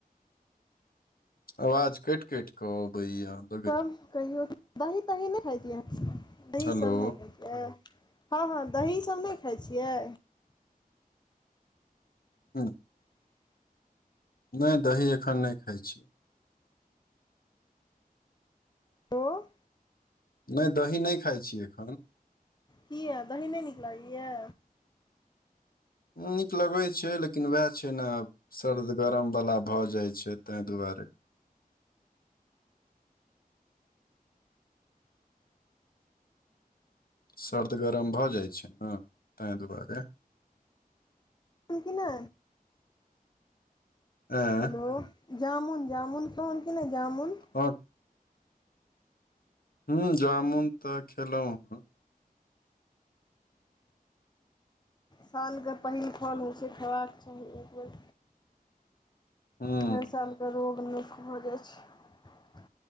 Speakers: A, on the left; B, on the left.
A: आवाज कटि कटि क अबैयऽ।
B: और कहियो, दही-तही नै खैतियै। दही
A: हेलो
B: सब नै खाय हँ-हँ दही सब नै खाइ छियै।
A: हँ। नै दही एखन नै खाइ छी।
B: दूध।
A: नै दही नै खाइ छियै एखन।
B: किया दही नै नीक लागैये।
A: नीक लगै छैय लेकिन वएह छैय ने आब सर्द गरम वला भ जाय छैय तय दुआरे। सर्द गरम भ जाइ छैय ने तय दुआरे।
B: की नै।
A: एँ
B: हेलो जामुन- जामुन खेलौं कि नै जामुन।
A: ह। हू जामुन त खेलौं हेँ।
B: सालके पहिल फल होइ छैय खेबाक चाही एक बेर।
A: हुँ,
B: हर सालके रोग नीक भ जाइ छैय।